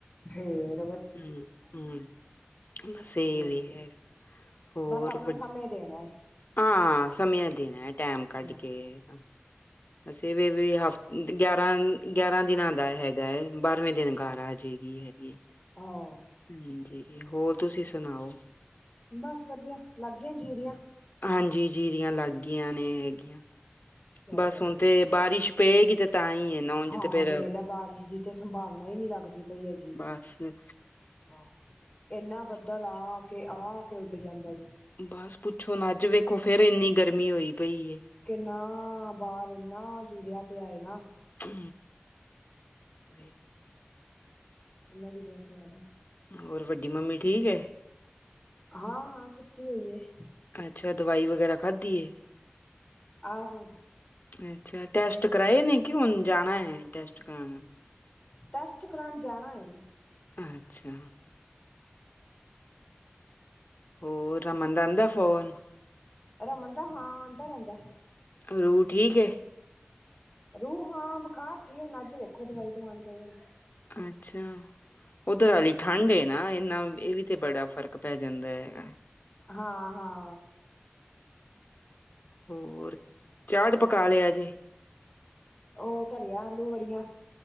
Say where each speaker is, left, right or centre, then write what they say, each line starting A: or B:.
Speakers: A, on the left; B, on the left.
A: ਛੇਰ
B: ਹੂੰ ਹੂੰ, ਬਸ ਇਹ
A: ਹੋਰ
B: ਵੀ
A: ਕੀ
B: ਹੈਗਾ ਹੋਰ
A: ਬਸ ਆਪਣਾ
B: ਵ
A: ਸਮਯ ਦੇਣਾ। ਹੈ
B: ਹਾਂ ਸਮਯ ਦੇਣਾ, ਟੈਮ ਕੱਢ
A: ਹਾਂ
B: ਕੇ। ਅਸੀਂ ਵੀ ਵੀ ਹਫ਼ ਗਿਆਰਾਂ ਗਿਆਰਾਂ ਦਿਨਾਂ ਦਾ ਹੈਗਾ ਏ, ਬਾਰਵੇਂ ਦਿਨ ਘਰ ਆਜੇਗੀ ਹੈਗੀ।
A: ਹਾਂ,
B: ਹਾਂਜੀ ਹੋਰ ਤੁਸੀਂ ਸੁਣਾਓ।
A: ਬਸ ਵਧੀਆ ਲੱਗਿਆਂ ਜੀਰੀਆਂ।
B: ਹਾਂਜੀ ਜੀਰੀਆਂ ਲੱਗ ਗਈਆਂ ਨੇ, ਹੈਗੀਆਂ।
A: ਚੱਲ
B: ਬਸ
A: ਵਧੀਆ
B: ਹੁਣ ਤੇ ਬਾਰਿਸ਼ ਪਏਗੀ, ਤੇ ਤਾਂ ਹੀ ਏ ਨਾ ਉਂਜ
A: ਹਾਂ
B: ਤੇ ਫੇਰ
A: ਵੇਖ ਲੈ ਬਾਰਿਸ਼ ਦੀ ਤੇ ਸੰਭਾਵਨਾ ਹੀ ਨਹੀਂ ਲੱਗਦੀ ਪਈ ਹੈਗੀ।
B: ਅੱਛਾ
A: ਆਹ, ਏਨਾ ਬੱਦਲ ਆ ਆ ਕੇ, ਆ ਆ ਕੇ ਉੱਡ ਜਾਂਦਾ ਈ।
B: ਬਸ ਪੁੱਛੋ ਨਾ, ਅੱਜ ਵੇਖੋ ਫੇਰ ਇੰਨੀ ਗਰਮੀ ਹੋਈ ਪਈ ਏ।
A: ਕਿੰਨਾ ਬਾਹਰ, ਇੰਨਾ ਜੁੜਿਆ ਪਿਆ ਏ ਨਾ।
B: ਹੂੰ ਵੀ <inaudible>
A: ਇਨਾ ਜੁੜਿਆ ਪਿਆ ਨਾ
B: ਹੋਰ ਵੱਡੀ ਮੰਮੀ ਠੀਕ ਏ।
A: ਹਾਂ ਹਾਂ ਸੁਤੀ ਹੋਈ ਏ।
B: ਅੱਛਾ ਦਵਾਈ ਵਗੈਰਾ ਖਾਧੀ ਏ।
A: ਆਹੋ
B: ਅੱਛਾ, ਟੈਸਟ ਕਰਾਏ ਨੇ ਕਿ ਹੁਣ ਜਾਣਾ ਏ ਟੈਸਟ ਕਰਾਣ।
A: ਟੈਸਟ ਕਰਾਉਣ ਜਾਣਾ ਏ।
B: ਅੱਛਾ ਹੋਰ, ਰਮਨ ਦਾ ਆਂਦਾ ਏ ਫੋਨ।
A: ਰਮਨ ਦਾ, ਹਾਂ ਆਉਂਦਾ ਰਹਿੰਦਾ ਏ।
B: ਰੂ ਠੀਕ ਏ।
A: ਰੂਹ ਹਾਂ ਬੁਖਾਰ ਸੀ, ਹੁਣ ਅੱਜ ਵੇਖੋ ਦਵਾਈ ਦਵਾਉਣ ਗਏ ਹੁਣ।
B: ਅੱਛਾ ਉਧਰ ਹਾਲੀ ਠੰਢ ਏ ਨਾ, ਇਨਾ ਇਹ ਵੀ ਤੇ ਬੜਾ ਫ਼ਰਕ ਪੈ ਜਾਂਦਾ ਹੈਗਾ।
A: ਹਾਂ ਹਾਂ
B: ਹੋਰ, ਚਾੜ ਪਕਾ ਲਿਆ ਜੇ।
A: ਉਹ ਧਰਿਆ ਆਲੂ ਵੜੀਆਂ।